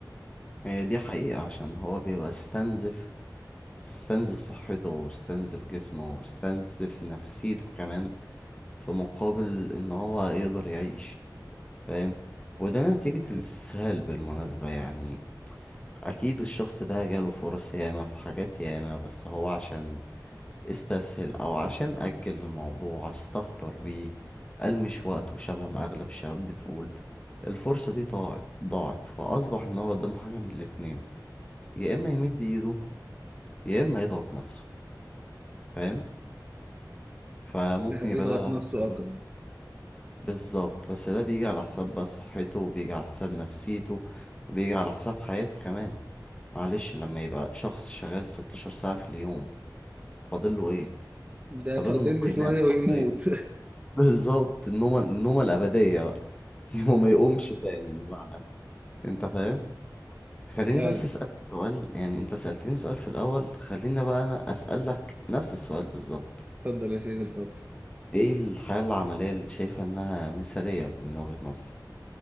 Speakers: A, on the left; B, on the right.
A: هي دي حقيقة عشان هو بيبقى استنزف استنزف صحته واستنزف جسمه واستنزف نفسيته كمان في مقابل ان هو يقدر يعيش فاهم وده نتيجة الاستسهال بالمناسبة يعني اكيد الشخص ده جاله فرص ياما في حاجات ياما بس هو عشان استسهل او عشان اجل الموضوع استهتر بيه المش وقت وشبه ما اغلب الشباب بتقول الفرصة دي ضاعت ضاعت فاصبح ان هو قدامه حاجة من الاتنين يا اما يمد ايده يا اما يضغط نفسه فاهم فممكن
B: فيضغط
A: يبقى ده
B: نفسه
A: سبب
B: أكتر
A: بالظبط بس ده بيجي على حساب بقى صحته وبيجي على حساب نفسيته وبيجي على حساب حياته كمان معلش لما يبقى شخص شغال 16 ساعة في اليوم فاضله ايه
B: ده
A: فاضله
B: فاضل
A: ان هو
B: له
A: ينام
B: شوية
A: حرفيا
B: ويموت
A: بالظبط النومة النومة الأبدية بقى <laughs> هو ما يقومش تاني بعدها انت فاهم خليني
B: <laughs> فعلا
A: بس أسألك سؤال يعني انت سألتني سؤال في الأول خليني بقى أنا أسألك نفس السؤال بالظبط
B: اتفضل يا سيدي الفاضل
A: ايه الحياة العملية اللي شايفة انها مثالية من وجهة نظرك